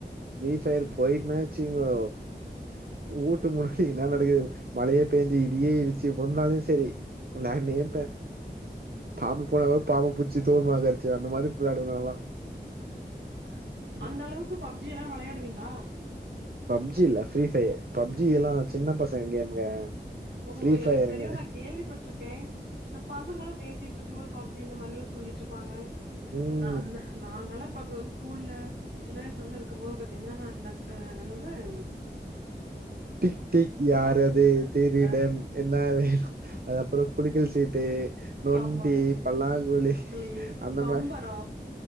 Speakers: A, on the right (about 60°); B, on the right (about 85°).
A: ஃப்ரீ ஃபயரு போயிட்னா வெச்சிகிங்கோ ஊட்டு முன்னாடி என்னா நடக்குது மழையே பேய்ஞ்சு இடியே இடிச்சு உழுந்தாலு செரி உளாண்ணேப்ப பாம்பு போனா கூட பாம்ப புச்சி தொள் மேல உக்கார வெச்சிவ அந்த மாதிரிப் வெளாடுவே நால்லா <unintelligible>
B: அந்த அளவுக்கு பப்ஜி எல்லா வெளையாடுவிங்ளா?
A: பப்ஜி இல்ல ஃப்ரீ ஃபய பப்ஜி எல்லா சின்ன பசங்க கேம்ங்க.
B: ஓஹோஹோ
A: ஃப்ரீ ஃபயருங்க
B: எனக்கு தெரியு நா கேள்விப்பட்ருக்கே இந்த பசங்கள்லா பேசிட்ரு க்ம்போது பப்ஜி இந்த மாரி எல்லா சொல்லிட்ருப்பாங்க.
A: ம்
B: அ அந்த நாங்கள்லா இப்ப கு ஸ்கூல்ல சின்ன வயசுலெல்லா இருக்கம் போது பாத்திங்ன்னா அ இந்தக் அ என்னது ம்
A: டிக் டிக் யாரது?
B: ப
A: திருடன்.
B: அ
A: என்னா வேணு? அது அப்புறோ குலுக்கல் சீட்டு, நொண்டி,
B: ஆமாங்க
A: பல்லாங்குழி
B: கிளி
A: அந்த
B: பம்பரோ
A: மார்